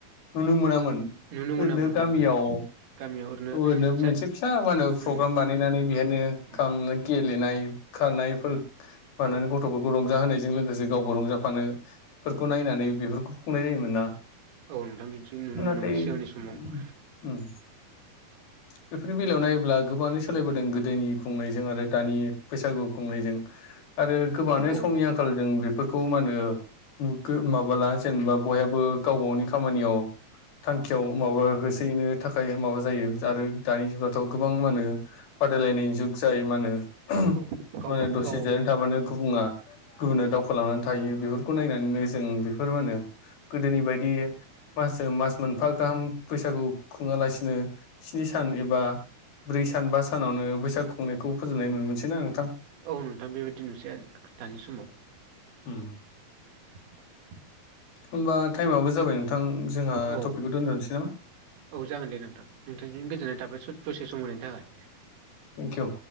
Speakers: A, on the left; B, on the right.
A: नुनो मोनामोन
B: नुनो मोनामोन
A: ओरैनो
B: नोंथांखौ
A: गामियाव
B: गामियाव
A: ओरैनो
B: जाय
A: मोनसे फिसा मा होनो फ्रग्राम
B: उम
A: बानायनानै बेहायनो
B: उम
A: <unintelligible> गेलेनाय खारनायफोर माहोनो
B: औ
A: गथ'फोरखौ रंजा होनाय जों लोगोसे गावबा रंजाफानो फोरखौ नायनानै बेफोरखौ खुंनाय जायोमोन ना?
B: औ नोंथां बिदि नुनो
A: नाथाय
B: मोनोमोन सिगांनि
A: उम
B: समाव
A: बेफोरनि बेलायाव नायोब्ला गोबाङानो सोलायबोदों गोदोनि खुंनायजों आरो दानि बैसागु खुंनायजों आरो गोबाङानो
B: औ
A: समनि आंखालजों बेफोरखौ मा होनो <unintelligible> माबाला जेनबा बयहाबो गाव गावनि खामानियाव थांखियाव माबा <unintelligible> थाखाय माबा जायो <unintelligible> दानि जुगाथ' गोबां मानो बादायलायनायनि जुग जायो मानो <unintelligible>
B: औ गाव
A: मानो
B: गावबागाव
A: दसे जिरायना थाबानो गुबुङा गुबुना दावखोलांनानै थायो बेफोरखौ
B: औ
A: नायनानैनो जों बेफोर मानो गोदोनि बायदि मासजों मास मोनफा गाहाम बैसागु खुङालासिनो स्नि सान एबा ब्रै सान बा सानावनो बैसागु खुंनाय खौ फोजोबनाय नुनो मोनसैना नोंथां?
B: औ नोंथां बेबायदि नुसै दानि समाव
A: ओम
B: <inaudible>
A: ओमबा टाइमाबो जाबाय नोंथां जोंहा
B: औ
A: टपिकखौ दोनथ'नोसै नामा
B: औ जागोन दे नोंथां नोंथांजों गोजोननाय थाबाय स दसे सम होनायनि थाखाय
A: थेंक इउ